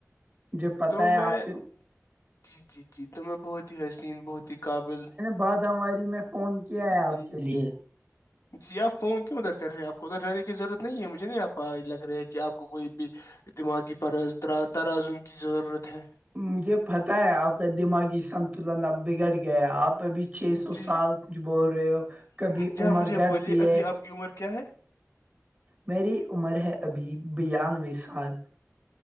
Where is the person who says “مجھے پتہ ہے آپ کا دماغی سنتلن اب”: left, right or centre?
Right